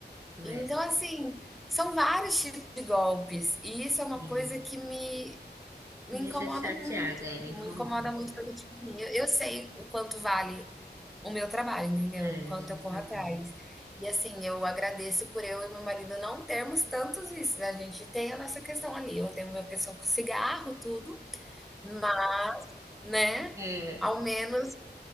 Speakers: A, in the centre; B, on the right.
A: Então,
B: é.
A: assim, são vários tipos de golpes e isso é uma
B: Sim.
A: coisa que me me
B: Me Deixa
A: incomoda
B: chateada,
A: muito,
B: é, me
A: me
B: incomoda.
A: incomoda muito porque, tipo assim, eu eu sei o quanto vale o meu trabalho, entendeu?
B: É,
A: O quanto
B: justamente.
A: eu corro atrás. E assim, eu agradeço por eu e meu marido não termos tantos vícios. A gente tem a nossa questão ali, eu tenho a minha questão com cigarro, tudo, mas, né,
B: É,
A: ao menos